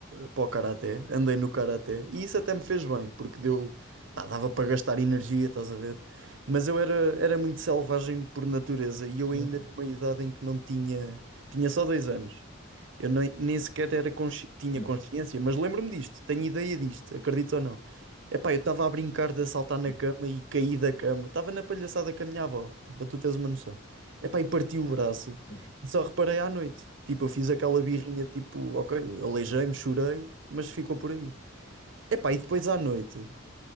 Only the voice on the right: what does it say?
para o karaté, andei no karaté e isso até me fez bem, porque deu, pá, dava para gastar energia, estás a ver? Mas eu era, era muito selvagem por natureza e eu
ainda numa idade em que não tinha, tinha só dois anos. Eu nem, nem sequer era consci- tinha
consciência, mas lembro-me disto, tenho ideia disto, acredito ou não. Epá, eu estava a brincar de saltar na
cama e caí da cama, estava na palhaçada com a minha avó, para tu teres uma noção. Epá, e parti o braço.
Só reparei à noite. Tipo, eu fiz aquela birrinha, tipo, ok, aleijei-me, chorei, mas ficou por aí. Epá, e depois à noite,